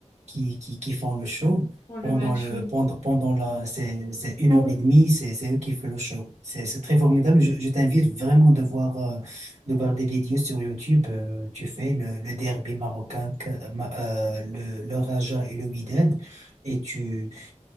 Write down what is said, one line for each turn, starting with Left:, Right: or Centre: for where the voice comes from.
Right: qui, qui, qui font le show.
Left: Bon, le
Right: Pendant
Left: match,
Right: le,
Left: oui.
Right: pendant, pendant la, c'est, c'est une heure et demie, c'est, c'est eux qui font le show. C'est, c'est très formidable. Je, je t'invite vraiment de voir, euh, de voir des vidéos sur YouTube. Euh, tu fais le, le derby marocain, que- ma- euh, le, le Raja et le Wydad, et tu,